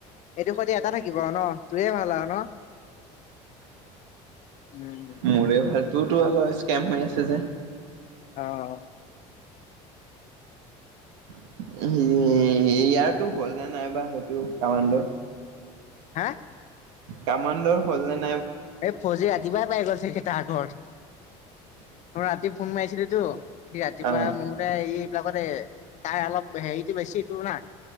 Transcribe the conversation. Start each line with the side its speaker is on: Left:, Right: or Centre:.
Left: এইটো থাকি এটা থাকিব ন? তোৰেই ভাল আৰু ন? উম
Right: মোৰে ভাল। তোৰতো আকৌ স্কেম হৈ আছে যে।
Left: অ'।
Right: <unintelligible> ইয়াৰতো হ'ল নে নাইবা সেইটো কামাণ্ড
Left: হা!
Right: কামাণ্ডৰ হ'ল ন
Left: এই ফজি ৰাতিপুৱাই পাই গৈছে। আগৰ অ ৰাতি ফোন মাৰিছিলি সি ৰাতিপুৱা
Right: আহ
Left: মুৰে এই বিলাকতে তাই অলপ হেৰিটো বেছিটো না